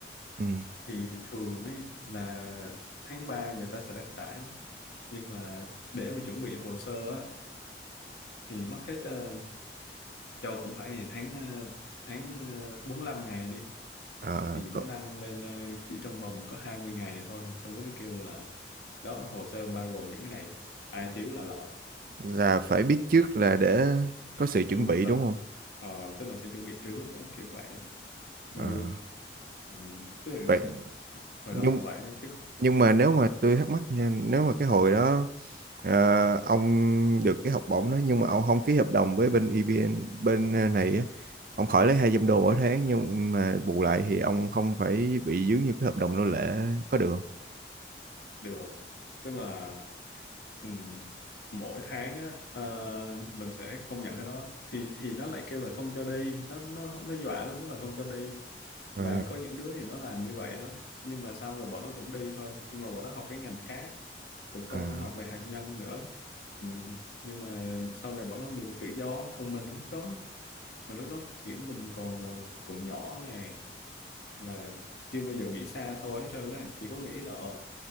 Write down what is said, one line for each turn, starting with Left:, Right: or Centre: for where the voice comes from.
Right: ừ,
Left: thì thường ấy là tháng 3 người ta sẽ đăng tải nhưng mà để mà chuẩn bị hồ sơ á, thì mất hết ờ, cho cũng phải tháng ờ, tháng ờ, 45 ngày đi
Right: à,
Left: thì nó
Right: có,
Left: đăng lên ờ, chỉ trong vòng có 20 ngày thôi xong rồi nó kêu là đó hồ sơ bao gồm những cái này ai thiếu là loại
Right: là phải biết trước là để có sự chuẩn
Left: ừ,
Right: bị
Left: là,
Right: đúng không
Left: ờ, tức là phải chuẩn bị trước á, kiểu vậy mình
Right: à,
Left: ừ, tức là
Right: vậy
Left: hồi
Right: nhưng
Left: đó là vậy đó chứ
Right: nhưng mà nếu mà tôi thắc mắc nha nếu mà cái hồi đó Ờ, ông được cái học bổng đó nhưng mà ông không ký hợp đồng với bên EVN bên ờ, này á. Ông khỏi lấy 200 đô mỗi tháng nhưng mà bù lại thì ông không phải bị dướng như cái hợp đồng nô lệ có được không?
Left: được tức là ừ, mỗi tháng á ờ, mình sẽ không nhận cái đó thì thì nó lại kêu là không cho đi nó nó nó dọa lắm tức là không cho đi và
Right: Ờ,
Left: có những đứa thì nó làm như vậy đó nhưng mà sau rồi bọn nó cũng đi thôi nhưng mà bọn nó học cái ngành khác cũng không
Right: à,
Left: học về hạt nhân nữa ừ. nhưng mà sau này bọn nó được tự do còn mình lúc đó mình lúc đó kiểu mình còn ờ, còn nhỏ nè là chưa bao giờ nghĩ xa xôi hết trơn á chỉ có nghĩ là ờ